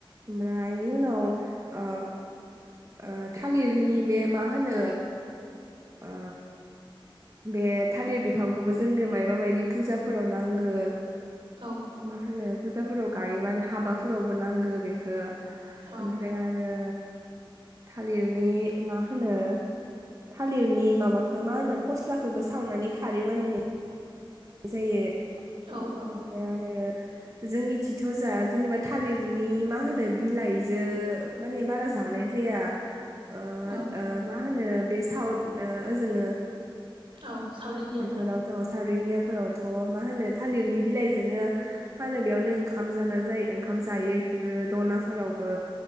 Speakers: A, on the right (about 35°); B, on the right (about 70°).
A: ओमफ्राय इनि उनाव ओ ओ थालिरनि बे मा होनो ओ बे थालिर बि बो जोंनो मायबा मायबि फुजाफोराव नांगो।
B: औ
A: मा होनो फुजाफोराव गायोबानो हाबाफोरावबो नांगो बेखो।
B: औ
A: ओमफ्राय आरो थालिरनि मा होनो थालिरनि माबाखो मा होनो फस्लाखोबो सावनानै खारै बानायनाय जायो उम
B: औ औ
A: ओमफ्राय आरो जोंनि थिथ' जा जेनेबा थालिरनि मा होनो बिलाइजो माने बारा जानाय जाया। ओ
B: औ
A: ओ मा होनो बे साउथ ओ जोङो
B: औ साउड इण्डिया
A: फोरावथ साथ इण्डियाफोरावथ' मा होनो ओ थालिरनि बिलाइजोनो मा होनो बेयावनो ओंखाम जाना जायो ओंखाम जायो सोरो दनाफोरावबो।